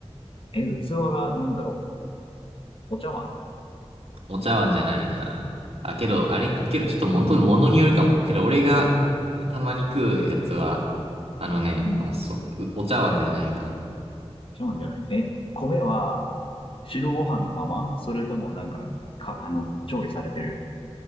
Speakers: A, on the left; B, on the right.
A: え、器がなんだろうお茶碗
B: お茶碗じゃないな。あ、けど、あれ、けどちょっと本当に物によるかも。けど、俺がたまに食うやつは、あのね、
A: うん。
B: まあ、そ、うお茶碗ではないな。
A: 茶碗じゃない。え、米は白ご飯のままそれともなんか、か、あの、調理されてる